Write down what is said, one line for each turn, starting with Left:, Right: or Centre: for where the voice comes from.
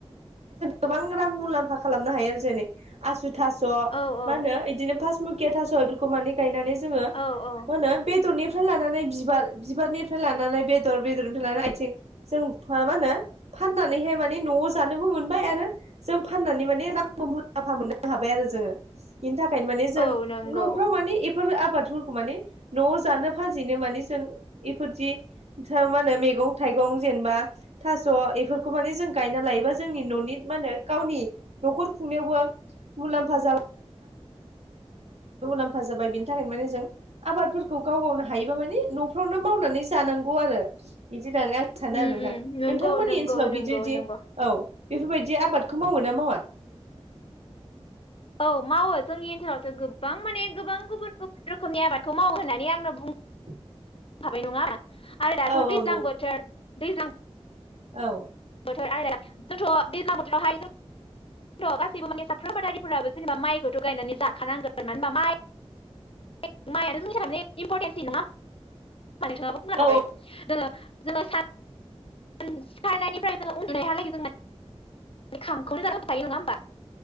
Right: गोबां रां मुलाम्फा खालामनो हायो आरो जै आसु <unintelligible> थास'
Left: औ औ
Right: माहोनो इदिनो फासमुकिया थास' इफोरखौ माने गायनानै जोङो मा
Left: औ औ
Right: होनो बे दरनिफ्राय लानानै बिबार बिबारनिफ्राय लानानै बेदर बेदरनिफ्राय लानानै आथिं जों माहोनो? फाननानैहाय माने न'आव जानोबो मोनबाय आरो जों फाननानै माने रांखौ मुलाम्फा मोननो हाबाय। आय आरो जोङो इनथाखायनो माने जों
Left: औ नंगौ
Right: न'फोराव माने एफ फोर आबादफोरखौ माने न'आव जानो फाजिनो माने जों इफोरबादि था मा‌नो मे गं थाइगं जेनबा थास' एफोरखौ माने जों गायना लायोबा जोंनि न'नि मानो गावनि। न'खर खुंनायावबो मुलाम्फा जाब मुलाम्फा जाबाय बिनि थाखायनो माने जों आबादफोरखौ गाव गावनो हायोबा मानिे न'फ्रावनो मावनानै जा नांगौ आरो बिदि होननानै आं सानो
Left: उम
Right: आरो नोंथां
Left: उम नंगौ
Right: नोंथांमोननि
Left: नंगौ
Right: ओनसोलाव
Left: नंगौ
Right: बिदिदि
Left: नंगौ
Right: औ बेफोरबायदि आबाद खौ मावो ना मावा?
Left: औ मावो जोंनि ओनसोलावथ' गोबां माने गोबां गुबुन गुबुन रोखोमनि आबादखौ मावो होननानै आंनो बुङ
Right: <inaudible> <unintelligible>
Left: खाबाय नङा आरो दाथ'
Right: औ औ
Left: दैज्लां बोथोर दैज्लां।
Right: औ।
Left: थ' आरो जोंथ' दैज्ला बोथोरावहाय <unintelligible> थ' गासैबो माने साफ्रोम आबादारिफोराबो जेनेबा माइखौथ' गायनानै जाखानांगोन मानो होनबा माइ माइआ <unintelligible> नो जों स इम्परटेन्स नामा ानिाबा बुंना
Right: औ
Left: थाबाय दङो जोङो सान <unintelligible> सिखारनायनिफ्राय जों उनदुनायहालागै जोंना खामखौनो जानानै थायो नङा होमबा